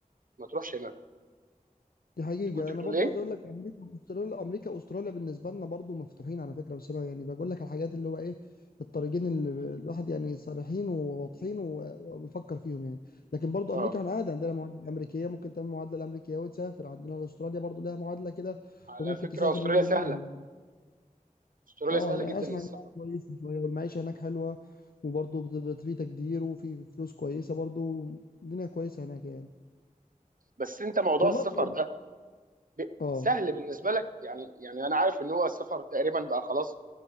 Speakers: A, on the right; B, on the left.
A: ما تروحش هناك
B: دي حقيقة
A: انت كنت
B: أنا
A: بتقول
B: برضو
A: ايه
B: عايز أقول لك أمريكا وأستراليا أمريكا وأستراليا بالنسبة لنا برضو مفتوحين على فكرة بس أنا يعني بقول لك على الحاجات اللي هو إيه الطريقين اللي ب- الواحد يعني صريحين وواضحين و- وبيفكر فيهم يعني لكن برضو
A: اه
B: أمريكا إحنا عادي عندنا معادلة أمريكية ممكن تعمل معادلة الأمريكية وتسافر عندنا أستراليا برضو لها معادلة كده
A: على
B: وممكن
A: فكره
B: تسافر
A: استراليا
B: ل-
A: سهله
B: ليها يعني
A: استراليا
B: أه
A: سهله
B: يعني
A: جدا
B: أسمع
A: للسفر
B: إنها كويسة شوية والمعيشة هناك حلوة وبرضو بت- بت- في تقدير وفي فلوس كويسة برضو الدنيا كويسة هناك يعني
A: بس انت موضوع
B: والله
A: السفر
B: طب- إيه؟
A: ده ب...
B: أه
A: سهل بالنسبه لك يعني يعني انا عارف ان هو السفر تقريبا بقى خلاص